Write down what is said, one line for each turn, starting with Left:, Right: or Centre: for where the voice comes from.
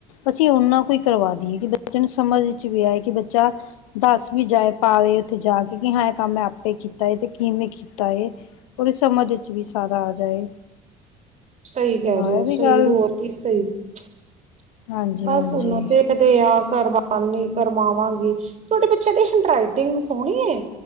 Left: ਅਸੀਂ ਓਨਾ ਕੁ ਕਰਵਾ ਦਈਏ ਕਿ ਬੱਚੇ ਨੂੰ ਸਮਝ ਵਿੱਚ ਵੀ ਆਏ ਕਿ ਬੱਚਾ ਦੱਸ ਵੀ ਜਾਏ ਭਾਵੇ ਉੱਥੇ ਜਾ ਕੇ ਕਿ ਹਾਂ ਇਹ ਕੰਮ ਮੈਂ ਆਪ ਆਪੇ ਕੀਤਾ ਏ ਤੇ ਕਿਵੇਂ ਕੀਤਾ ਏ ਔਰੀ ਸਮਝ ਇੱਚ ਵੀ ਸਾਰਾ ਆ ਜਾਏ।
Right: ਸਈ ਕੈ
Left: ਹਾਂ
Right: ਰਏ ਔ
Left: ਇਹ ਵੀ
Right: ਸਈ
Left: ਗੱਲ
Right: ਹੋਰ ਕੀ ਸਈ। <unintelligible>
Left: ਹਾਂਜੀ
Right: ਬਸ
Left: ਹਾਂਜੀ
Right: ਹੁਣ ਦੇਖਦੇ ਆ ਕਰਵਾ ਨੀ ਕਰਵਾਵਾਂਗੀ। ਤੁਆਡੇ ਬੱਚਿਆਂ ਦੀ ਹੈਂਡ ਰਈਟਿੰਗ ਸੋਣੀ ਏ?